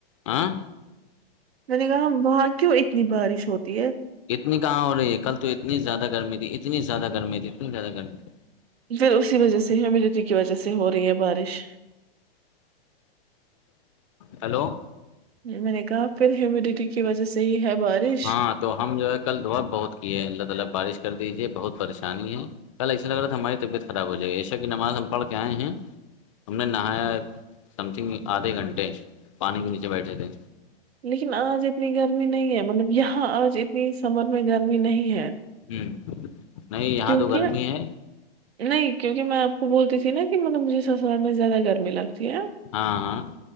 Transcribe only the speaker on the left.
ہاں
اتنی کہاں ہو رہی ہے کل تو اتنی زیادہ گرمی تھی اتنی زیادہ گرمی تھی اتنی زیادہ گرمی تھی
ہیلو
ہاں تو ہم جو ہے کل دعا بہت کیے ہے اللہ تعالی بارش کر دیجیے بہت پریشانی ہے کل ایسا لگ رہا تھا ہماری طبعت خراب ہو جائے گی عشاء کی نماز ہم پڑھ کے آئے ہیں ہم نے نہایا سم تھنگ آدھے گھنٹے پانی کے نیچے بیٹھے تھے
ہوں نہیں یہاں
تو گرمی ہے
ہاں ہاں